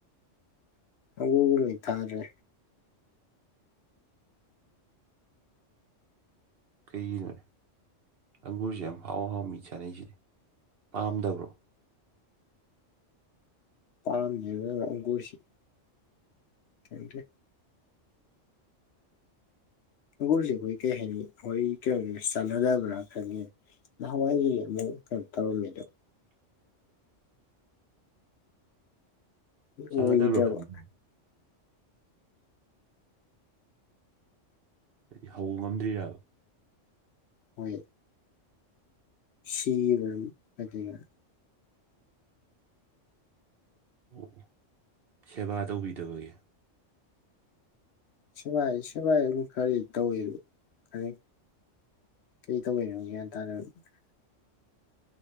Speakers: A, on the left; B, on the right.
A: ꯑꯪꯒꯨꯔꯒꯨꯕꯗꯤ ꯊꯥꯗ꯭ꯔꯦ
B: ꯀꯩꯒꯤꯅꯣꯅꯦ ꯑꯪꯒꯨꯔꯁꯦ ꯌꯥꯝ ꯍꯥꯎ ꯍꯥꯎ ꯃꯤ ꯆꯥꯅꯩꯁꯤꯗꯤ ꯄꯥꯝꯗꯕ꯭ꯔꯣ?
A: ꯄꯥꯝꯗꯦꯗ ꯑꯪꯒꯨꯔꯁꯤ ꯈꯡꯗꯦ ꯑꯪꯒꯨꯔꯁꯦ ꯑꯩꯈꯣꯏ ꯀꯩ ꯍꯥꯏꯅꯤ ꯍꯣꯏ ꯀꯩꯅꯣꯒꯩꯒꯥ ꯆꯥꯟꯅꯗꯕ꯭ꯔꯥ ꯈꯪꯉꯦ ꯅꯍꯥꯟꯋꯥꯏꯗꯨꯗꯤ ꯑꯃꯨꯛ ꯀꯩꯅꯣ ꯇꯧꯔꯝꯃꯦꯗꯣ <unintelligible> ꯑꯣꯏꯈꯤꯗꯕ
B: ꯆꯥꯟꯅꯗꯕ꯭ꯔꯣ ꯈꯪꯗꯦ ꯍꯥꯏꯗꯤ ꯍꯧ ꯉꯝꯗ꯭ꯔꯤꯔꯕ?
A: ꯍꯣꯏ ꯁꯤꯒꯤ ꯃꯔꯝ ꯑꯗꯩꯒ
B: ꯑꯣ ꯑꯣ ꯁꯦꯕꯥ ꯇꯧꯕꯤꯗꯕꯒꯤ?
A: ꯁꯦꯕꯥꯥꯏ ꯁꯦꯕꯥꯥꯏ ꯑꯗꯨꯝ ꯈꯔꯗꯤ ꯇꯧꯋꯦꯗꯣ <unintelligible> ꯀꯩ ꯇꯧꯋꯦꯅꯣ ꯒ꯭ꯌꯥꯟ ꯇꯥ <unintelligible>